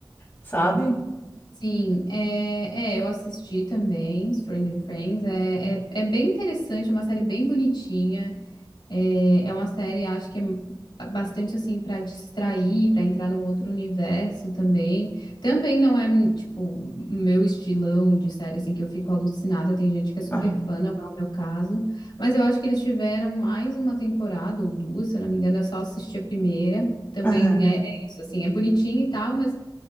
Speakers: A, on the left; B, on the left.
A: sabe?
B: Sim, é, é, eu assisti também, Stranger Things, é, é, é bem interessante, é uma série bem bonitinha, É, é uma série, acho que é ba- bastante assim pra distrair, pra entrar num outro universo também. Também não é tipo meu estilão de série assim que eu fico alucinada. Tem gente que é super
A: Aham,
B: fã, não é o meu caso. Mas eu acho que eles tiveram mais uma temporada ou duas, se eu não me engano. Eu só assisti a primeira. Também
A: aham,
B: é, é isso assim, é bonitinho e tal, mas